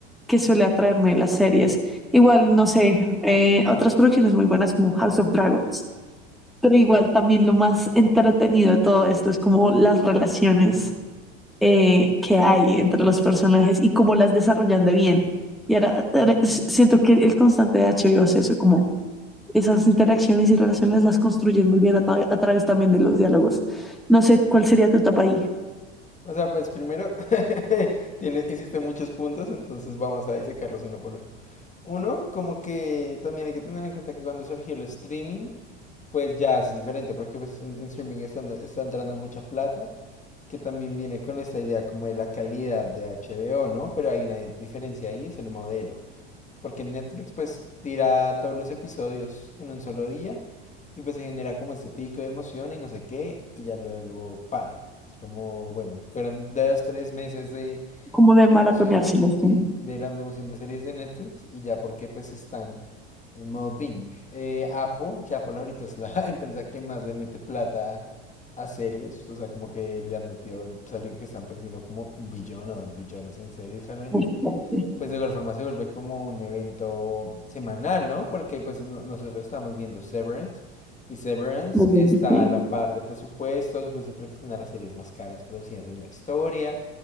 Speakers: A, in the centre; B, on the left.
A: que suele atraerme las series. Igual, no sé, eh, otras producciones muy buenas como House of Dragons, pero igual también lo más entretenido de todo esto es como las relaciones eh, que hay entre los personajes y cómo las desarrollan de bien. Y ahora, ahora s- siento que el constante de HBO es eso, como esas interacciones y relaciones las construyen muy bien a, tra- a través también de los diálogos. No sé cuál sería tu etapa ahí,
B: O sea, pues primero, <laughs> tiene, existen muchos puntos, entonces vamos a disecarlos uno por uno. Uno, como que también hay que tener en cuenta que cuando surgió el streaming, pues ya es diferente, porque pues en, en streaming están, está entrando mucha plata que también viene con esta idea como de la calidad de HBO, ¿no? Pero hay una diferencia ahí, es el modelo. Porque en Netflix pues tira todos los episodios en un solo día y pues se genera como este pico de emoción y no sé qué y ya luego para. Es como, bueno, fueron dos, tres meses de
A: como de
B: de
A: maratoneárselas.
B: emoción, sí,
A: con-
B: de la de emoción de series de Netflix y ya porque pues están en modo binge. Eh, Apple, que Apple ahorita es la <laughs> empresa que más le mete plata a series, o sea, como que le han metido, salido que están perdiendo como un billón o dos billones en series realmente
A: bastante,
B: pues de igual forma se vuelve como un evento semanal, ¿no? Porque pues no- nosotros estamos viendo Severance y Severance
A: Muy bueno,
B: está
A: sí,
B: a la par de presupuesto, incluso creo que es una de las series más caras producidas en la historia